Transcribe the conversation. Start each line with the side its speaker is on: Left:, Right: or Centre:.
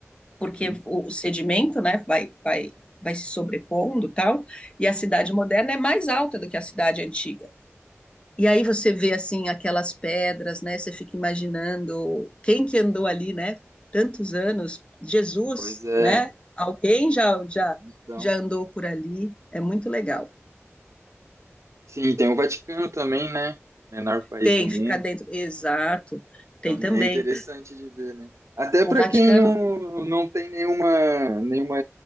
Left: porque
Right: Uhum.
Left: o, o sedimento, né, vai, vai, vai se sobrepondo, tal, e a cidade moderna é mais alta do que a cidade antiga. E aí você vê assim aquelas pedras, né? Você fica imaginando quem que andou ali, né? Tantos anos, Jesus,
Right: Pois é,
Left: né? Alguém já já
Right: Então,
Left: já andou por ali. É muito legal.
Right: sim, tem o Vaticano também, né? Menor país
Left: Tem,
Right: do mundo.
Left: fica dentro. Exato. Tem
Right: Também
Left: também
Right: é interessante de ver, né? Até
Left: o
Right: para
Left: Vaticano.
Right: quem não, não tem nenhuma, nenhuma